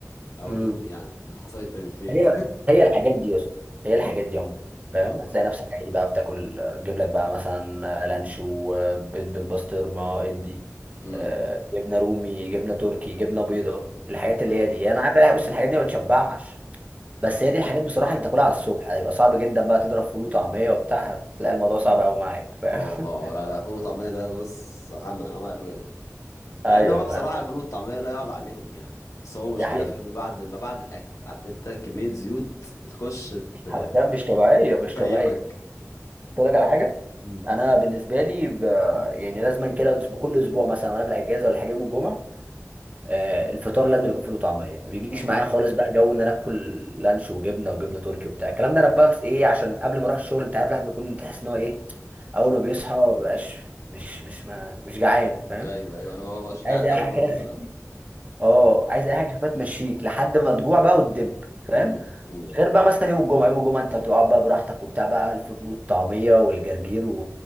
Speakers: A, on the left (about 65°); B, on the right (about 25°).
A: او
B: امم
A: الرومي يعني <laughs> حسب انت من فين
B: هي هي الحاجات دي يا اسطى
A: <laughs>
B: هي الحاجات
A: اه
B: دي عموما فاهم
A: اه
B: هتلاقي نفسك عادي بقى بتاكل تجيب لك بقى مثلا لانشو بيض بالبسطرمه ادي
A: امم
B: آه، جبنه رومي جبنه تركي جبنه بيضه الحاجات اللي
A: اه
B: هي دي يعني انا عارف بقى بص الحاجات دي ما بتشبعش بس هي دي الحاجات بصراحه اللي تاكلها على الصبح هيبقى صعب جدا بقى تضرب فول وطعميه وبتاع هتلاقي الموضوع صعب قوي معاك فاهم
A: اه اه آه. لا لا الفول والطعمية ده بص عمى عمى الوان مع
B: <laughs> ايوه
A: ان هو بصراحة
B: فاهم
A: الفول والطعمية لا يعلى عليهم يعني بس هو مشكلة
B: دي حقيقة
A: في ما بعد ما بعد الاكل عارف انت كمية زيوت بتخش ت-
B: حرفيا مش طبيعيه مش
A: تفيمك
B: طبيعيه اقول لك على حاجه
A: امم.
B: انا بالنسبه لي ب... يعني لازما كده أسبوع- كل اسبوع مثلا وانا في الاجازه ولا حاجه يوم الجمعه آه، الفطار لازم يكون فول وطعميه ما بيجيش
A: اه
B: معايا خالص بقى جو ان انا اكل لانش وجبنه وجبنه تركي وبتاع الكلام ده انا بس ايه عشان قبل ما اروح الشغل انت عارف الواحد بيكون تحس ان هو ايه اول ما بيصحى ما بقاش مش مش ما مش جعان فاهم
A: ايوه ايوه انا ما ببقاش جعان
B: عايز اي
A: قوي
B: حاجه
A: برضه
B: كده
A: في
B: تخفيك
A: الاول
B: اه
A: اه
B: عايز اي حاجه كده تمشيك لحد ما تجوع بقى وتدب فاهم
A: امم امم
B: غير بقى مثلا يوم الجمعه يوم الجمعه انت بتقعد بقى براحتك وبتاع بقى الفول والطعميه والجرجير